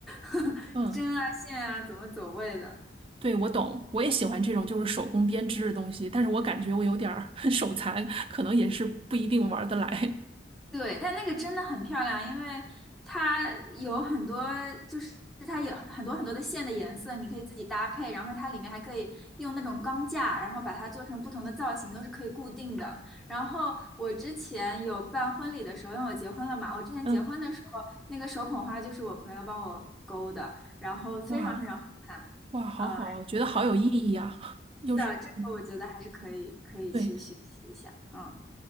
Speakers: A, in the centre; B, on the right.
A: <laughs>
B: 嗯，
A: 针啊线啊怎么走位的。
B: 对，我懂，我也喜欢这种就是手工编织的东西，但是我感觉我有点儿 <laughs> 手残，可能也是不一定玩得来。
A: 对，但那个真的很漂亮，因为它有很多，就是它有很很多很多的线的颜色，你可以自己搭配，然后它里面还可以用那种钢架，然后把它做成不同的造型，都是可以固定的。然后我之前有办婚礼的时候，因为我结婚了嘛，我之前结婚的时候，
B: 嗯，
A: 那个手捧花就是我朋友帮我勾的，然后非常非常好看。
B: 哇哇，好好，
A: 嗯，
B: 觉得好有意义啊，<laughs> 又是，
A: 是的，这个我觉得还是可以可以去学习一下。
B: 嗯对，
A: 嗯。